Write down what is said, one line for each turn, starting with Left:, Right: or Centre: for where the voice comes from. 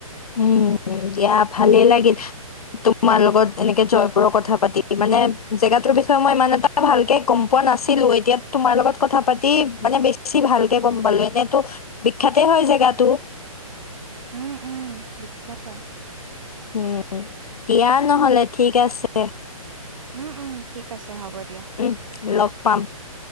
Left: উম, দিয়া ভালে লাগিল। তোমাৰ লগত এনেকে জয়পুৰৰ কথা পাতি মানে জেগাটোৰ বিষয়ে মই ইমান এটা ভালকে গ'ম পোৱা নাছিলো। এতিয়া তোমাৰ লগত কথা পাতি মানে বেছি ভালকে গ'ম পালো এনেতো বিখ্যাতে হয়। জেগাটো
Right: উম, উম, বিখ্যাত হয়।
Left: উম, দিয়া নহ'লে ঠিক আছে।
Right: উম, উম, ঠিক আছে। হ'ব দিয়া।
Left: উম, লগ পাম।